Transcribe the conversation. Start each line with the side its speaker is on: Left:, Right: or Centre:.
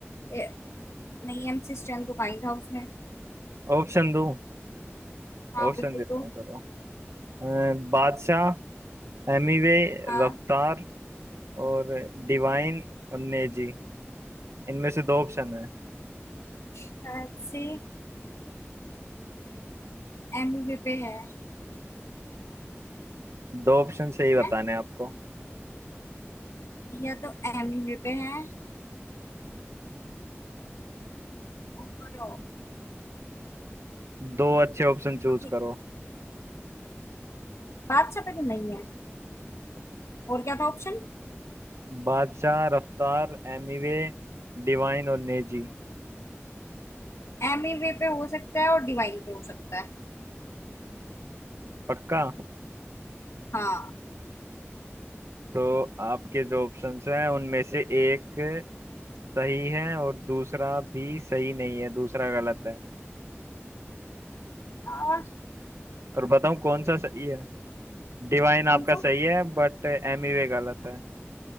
Left: ए, नहीं एमसी स्टैन तो कहीं था उसमें
Right: ऑप्शन दो
Left: हाँ
Right: ऑप्शन
Left: बिल्कुल
Right: देता
Left: तो
Right: हूँ चलो अ, बादशाह एमिवे
Left: हाँ
Right: रफ्तार और डिवाइन और नेजी इनमें से दो ऑप्शन है
Left: शायद से एमी वे पे है
Right: दो ऑप्शन सही बताने
Left: हैं
Right: हैं आपको
Left: या तो एमी वे पे है और
Right: दो अच्छे ऑप्शन
Left: और
Right: चूज
Left: नहीं
Right: करो
Left: बादशाह पे तो नहीं है और क्या था ऑप्शन
Right: बादशाह रफ्तार एमीवे डिवाइन और नेजी
Left: एमी वे पे हो सकता है और डिवाइन पे हो सकता है
Right: पक्का
Left: हाँ
Right: तो आपके जो ऑप्शंस हैं उनमें से एक सही है और दूसरा भी सही नहीं है दूसरा गलत है
Left: और
Right: और बताऊं कौन सा सही है डिवाइन
Left: कौन
Right: आपका
Left: सा
Right: सही है बट एमीवे गलत है